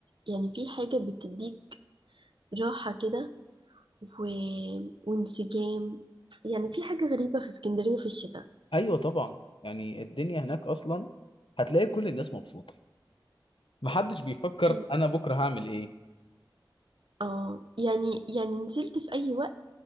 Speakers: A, on the right; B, on the left.
A: يعني في حاجه بتديك راحه كده و... وانسجام يعني في حاجه غريبه في اسكندريه في الشتاء
B: ايوه طبعا يعني الدنيا هناك اصلا هتلاقي كل الناس مبسوطه محدش بيفكر
A: ايوه
B: انا بكره هعمل ايه
A: اه يعني يعني نزلت في اي وقت